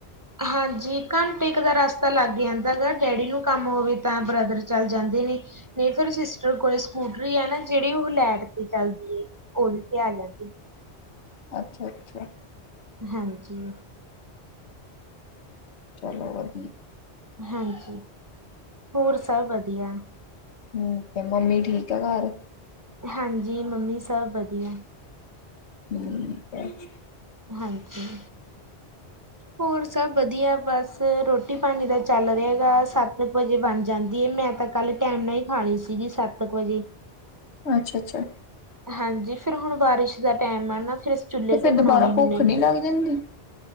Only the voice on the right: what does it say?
ਹਾਂਜੀ ਘੰਟੇ ਕ ਦਾ ਰਸਤਾ ਲੱਗ ਜਾਂਦਾ ਗਾ ਡੈਡੀ ਨੂੰ ਕੰਮ ਹੋਵੇ ਤਾਂ ਬ੍ਰਦਰ ਚੱਲ ਜਾਂਦੇ ਨੇ। ਨਹੀਂ ਫੇਰ ਸਿਸਟਰ ਕੋਲ ਸਕੂਟਰੀ ਹੈ ਨਾ। ਜਿਹੜੀ ਉਹ ਲੈਟ ਤੇ ਚਲਦੀ ਉਹਦੇ ਤੇ ਆ ਜਾਂਦੀ।
ਹਾਂਜੀ।
ਹਾਂਜੀ। ਹੋਰ ਸਭ ਵਧੀਆ।
ਹਾਂਜੀ ਮੰਮੀ ਸਭ ਵਧੀਆ।
ਹਾਂਜੀ। ਹੋਰ ਸਭ ਵਧੀਆ ਬਸ ਰੋਟੀ ਪਾਣੀ ਤਾਂ ਚੱਲ ਰਿਹਾ ਗਾ ਸੱਤ ਕੁ ਵਜੇ ਬਣ ਜਾਂਦੀ ਹੈ ਮੈਂ ਤਾਂ ਕੱਲ ਟਾਈਮ ਨਾਲ ਹੀ ਖਾਣੀ ਸੀਗੀ ਸੱਤ ਕੁ ਵਜੇ।
ਹਾਂਜੀ ਫਿਰ ਹੁਣ ਬਾਰਿਸ਼ ਦਾ ਟੈਮ ਆ ਨਾ ਫਿਰ ਅਸੀ ਚੁੱਲੇ
ਤੇ
ਬਣਾਉਣੇ ਹੁੰਨੇ।